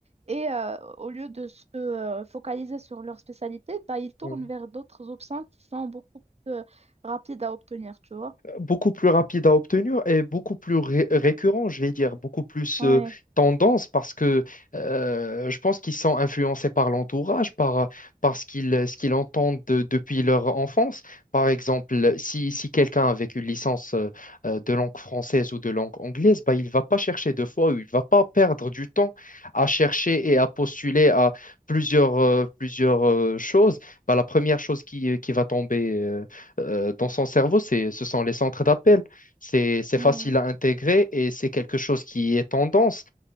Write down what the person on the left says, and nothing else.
Mm.
beaucoup plus rapide à obtenir et beaucoup plus ré- récurrent, je vais dire, beaucoup plus
euh, tendance parce que euh, je pense qu'ils sont influencés par l'entourage, par, par ce qu'ils ce qu'ils entendent de- depuis leur enfance. Par exemple, si, si quelqu'un avec une licence euh, euh, de langue française ou de langue anglaise, bah, il ne va pas chercher deux fois, ou il ne va pas perdre du temps à chercher et à postuler à plusieurs, euh, plusieurs euh, choses. Bah, la première chose qui, qui va tomber. euh, euh, dans son cerveau, c'est, ce sont les centres d'appel. C'est, c'est
facile à intégrer et c'est quelque chose qui est tendance.